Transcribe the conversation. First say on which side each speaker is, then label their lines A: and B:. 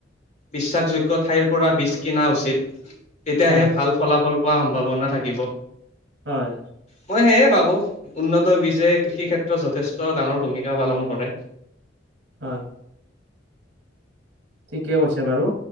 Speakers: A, on the left; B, on the right.
A: বিশ্বাসযোগ্য ঠাইৰ পৰা বীজ কিনা উচিত। তেতিয়াহে
B: হয়
A: ভাল ফলাফল পোৱাৰ সম্ভাৱনা থাকিব।
B: হয়
A: মই সেয়ে ভাবো। উন্নত বীজে কৃষি ক্ষেত্ৰত যথেষ্ট ডাঙৰ ভূমিকা পালন কৰে।
B: হয়। ঠিকে কৈছে বাৰু।